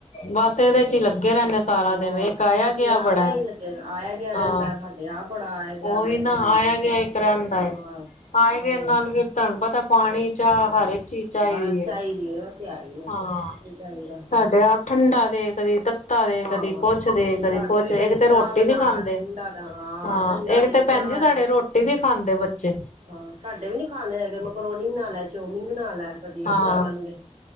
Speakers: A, on the left (about 80°); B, on the right (about 80°).
A: ਬਸ ਇਹਦੇ
B: ਹਾਂ
A: ਚ ਹੀ ਲੱਗੇ ਰਹਿੰਦੇ ਸਾਰਾ
B: ਹੋਰ
A: ਦਿਨ ਆਇਆ
B: ਅਸੀਂ
A: ਗਿਆ
B: ਆਪ
A: ਬੜਾ
B: ਈ ਲੱਗੇ ਆਇਆ ਗਿਆ ਰਹਿੰਦਾ
A: ਹਾਂ
B: ਸਾਡੇ ਆਪ ਬੜਾ ਆਇਆ ਗਿਆ
A: ਉਹੀ
B: ਲੱਗਿਆ
A: ਨਾ
B: ਰਹਿੰਦਾ
A: ਆਇਆ ਗਿਆ ਇੱਕ ਰਹਿੰਦਾ
B: ਹਾਂ
A: ਆਏ
B: ਹੂੰ
A: ਵੀ ਇਹ ਨਾਲ ਫਿਰ ਤੁਹਾਨੂੰ ਪਤਾ ਪਾਣੀ ਚਾਹ ਹਰ ਇੱਕ ਚੀਜ਼ ਚਾਹੀਦੀ
B: ਹਾਂ
A: ਐ
B: ਹੈ ਉਹ ਤੇ ਹੈ ਹੀ ਹੈ
A: ਹਾਂ
B: ਸਭ ਕੁਝ ਚਾਹੀਦਾ
A: ਸਾਡੇ ਆਪ ਠੰਡਾ ਦੇ ਕਦੇ ਤੱਤਾ ਦੇ
B: ਭਾਵਾਂ
A: ਕਦੀ ਕੁਛ ਦੇ ਕਦੀ
B: ਸਾਡੇ
A: ਕੁਛ
B: ਵੀ
A: ਇੱਕ
B: ਕਦੇ ਚਾਹ
A: ਤੇ ਰੋਟੀ
B: ਬਣਾ
A: ਨੀ ਖਾਂਦੇ
B: ਠੰਡਾ ਦਾ
A: ਹਾਂ
B: ਠੰਡਾ
A: ਇਹ
B: ਦੇ
A: ਤੇ ਭੈਣ
B: ਚਾਹ
A: ਜ ਸਾਡੇ
B: ਦੇ
A: ਰੋਟੀ ਵੀ ਖਾਂਦੇ ਬੱਚੇ
B: ਹਾਂ ਸਾਡੇ ਵੀ ਨੀ ਖਾਂਦੇ ਹੈਗੇ ਮਕਰੋਨੀ ਬਣਾ ਲੈ ਚੋਮਮੀਨ ਬਣਾ ਲੈ ਕਦੇ
A: ਹਾਂ
B: ਉਹ ਬਣਾ ਲੈਣਗੇ